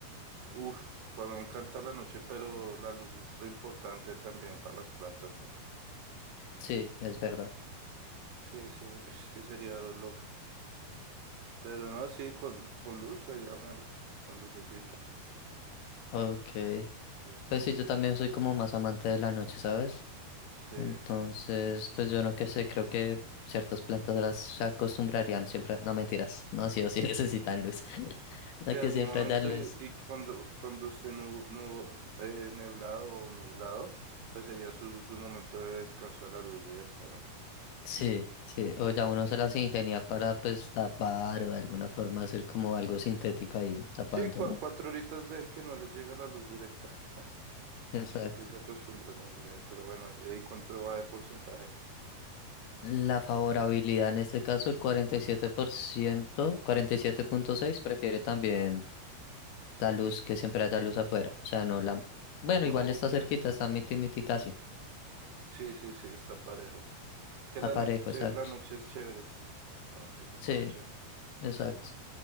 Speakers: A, on the right (about 80°); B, on the left (about 75°).
A: Uf, a mí me encanta la noche, pero la luz es re importante también para las plantas, ¿no?
B: Sí, es
A: Sí,
B: verdad.
A: sí, sí, es que sería loco. Pero no, sí, con, con luz sería malo, con lucecita.
B: Ok.
A: Sí,
B: Pues sí, yo también soy como más amante de la noche, ¿sabes?
A: sí.
B: Entonces, pues yo no qué sé, creo que ciertas plantas las se acostumbrarían siempre. a- No, mentiras, no, sí o sí <laughs> necesitan luz. <laughs> No
A: Y algún
B: que siempre
A: momento
B: haya luz.
A: y, y cuando cuando esté nu, nu- eh, neblado o nublado, pues sería su, su momento de descanso de la luz directa, ¿no?
B: Sí, sí, o ya
A: Eh,
B: uno se las ingenia para pues tapar o de alguna forma hacer como algo sintético ahí tapando,
A: sí, cua-
B: ¿no?
A: cuatro horitas de que no les llega la luz directa. Eh,
B: Exacto.
A: Ahí sí se acostumbra más breve, pero bueno, ¿y ahí cuánto va de porcentaje?
B: La favorabilidad en este caso, el 47%, 47.6 prefiere también la luz, que siempre haya luz afuera. O sea, no la... Bueno,
A: Ok,
B: igual está cerquita, está miti miti casi.
A: sí, sí, sí, está parejo. Es que
B: Está
A: la
B: parejo,
A: noche,
B: exacto.
A: la noche es chévere, la noche es súper
B: Sí,
A: chévere.
B: exacto.